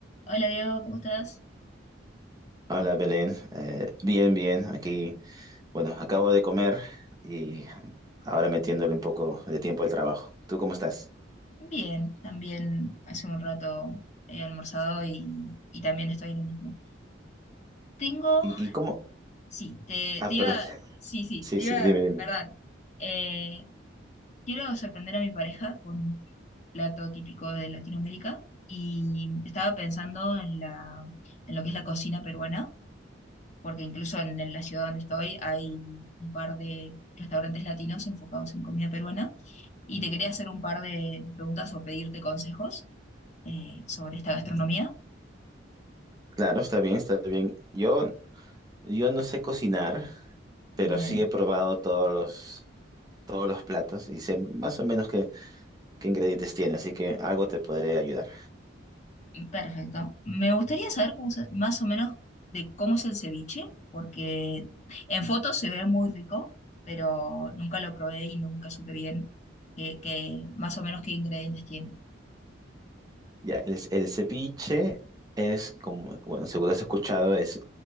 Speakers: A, on the left; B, on the right.
A: Hola Diego, ¿cómo estás?
B: Hola Belén, Eh, bien, bien, aquí, bueno, acabo de comer y ahora metiéndole un poco de tiempo al trabajo. ¿Tú cómo estás?
A: Bien, también hace un rato he almorzado y, y también estoy en lo mismo. Tengo,
B: ¿Y, y cómo?
A: sí, te,
B: Ah,
A: te
B: perdón.
A: iba,
B: <laughs>
A: sí, sí,
B: Sí,
A: te
B: sí,
A: iba,
B: dime, dime.
A: perdón. Eh, quiero sorprender a mi pareja con un plato típico de Latinoamérica y estaba pensando en la, en lo que es la cocina peruana, porque incluso en la ciudad donde estoy hay un par de restaurantes latinos enfocados en comida peruana y te quería hacer un par de preguntas o pedirte consejos eh, sobre esta gastronomía.
B: Claro, está bien, está bien. Yo, yo no sé cocinar, pero
A: Bien,
B: sí he probado todos los, todos los platos y sé más o menos qué, qué ingredientes tiene, así que algo te podré ayudar.
A: perfecto. Me gustaría saber cómo se- más o menos de cómo es el ceviche, porque en fotos se ve muy rico, pero nunca lo probé y nunca supe bien qué, qué- más o menos qué ingredientes tiene.
B: Ya, el, el ceviche es, como, bueno, seguro has escuchado, es